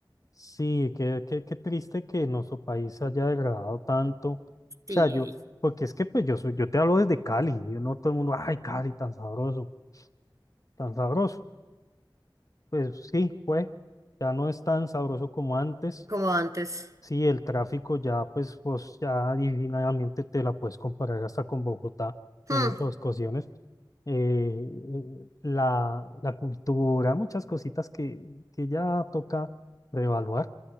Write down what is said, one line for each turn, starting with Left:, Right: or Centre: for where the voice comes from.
Left: Sí, qué, qué, qué triste que nuestro país se haya degradado tanto. O
Right: Sí,
Left: sea, yo, porque es que pues yo soy, yo te hablo desde Cali, yo no todo el mundo, ay, Cali, tan sabroso, tan sabroso. Pues sí, pues, ya no es tan sabroso como antes.
Right: como antes.
Left: Sí, el tráfico ya, pues, pues ya divinamente te la puedes comparar hasta con Bogotá en
Right: Hmm,
Left: muchas ocasiones. Eh, la, la cultura, muchas cositas que, que ya toca reevaluar.